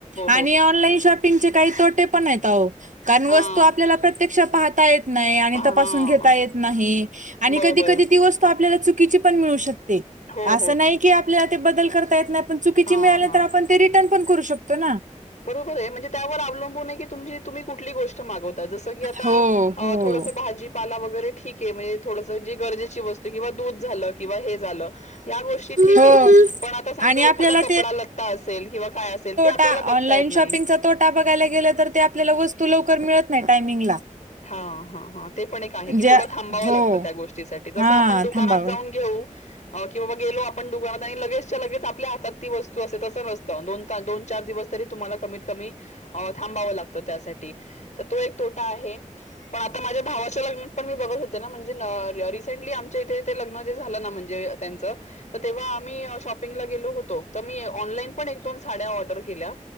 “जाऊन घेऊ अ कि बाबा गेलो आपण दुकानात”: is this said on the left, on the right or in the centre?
Left